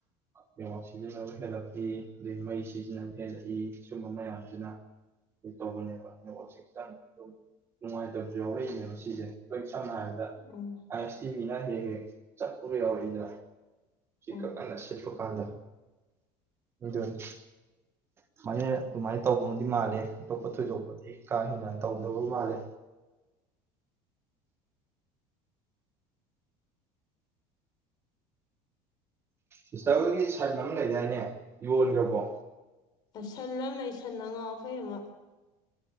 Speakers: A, on the right; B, on the left.
A: ꯅꯦꯠꯋꯛ ꯁꯤꯖꯤꯟꯅꯕ ꯍꯦꯜꯂꯛꯏ ꯑꯗꯩ ꯃꯩ ꯁꯤꯖꯤꯟꯅꯕ ꯍꯦꯜꯂꯛꯏ ꯁꯨꯝꯕ ꯃꯌꯥꯝꯁꯤꯅ ꯇꯧꯕꯅꯦꯕ ꯅꯦꯠꯋꯛꯁꯦ ꯈꯤꯇꯪ ꯅꯨꯡꯉꯥꯏꯇꯕꯁꯨ ꯌꯎꯔꯛꯏꯅꯦꯕ ꯁꯤꯁꯦ ꯑꯩꯈꯣꯏ ꯁꯝꯅ ꯍꯥꯏꯔꯕꯗ
B: ꯎꯝ
A: ꯑꯥꯏ ꯑꯦꯁ ꯇꯤ ꯚꯤꯅ ꯍꯦꯛ ꯍꯦꯛ ꯆꯞꯄꯒ ꯌꯥꯎꯔꯛꯏꯗꯅ ꯁꯤꯀꯛꯀꯟꯅꯁꯤꯜ
B: ꯎꯝ
A: ꯄꯀꯥꯟꯗ ꯑꯗꯨꯅꯤ ꯁꯨꯃꯥꯏꯅ ꯑꯗꯨꯃꯥꯏꯅ ꯇꯧꯗꯧꯗꯤ ꯃꯥꯜꯂꯦ ꯇꯣꯄ ꯊꯣꯏꯗꯣꯛꯄꯗꯤ ꯀꯥ ꯍꯦꯟꯅ ꯇꯧꯗꯕ ꯃꯥꯜꯂꯦ ꯁꯤꯁꯇꯔ ꯍꯣꯏꯒꯤ ꯁꯟ ꯑꯃ ꯂꯩꯗꯥꯏꯅꯦ ꯌꯣꯟꯒ꯭ꯔꯕꯣ
B: ꯁꯟ ꯑꯃ ꯂꯩ ꯁꯟ ꯑꯉꯥꯎ ꯑꯐꯩ ꯑꯃ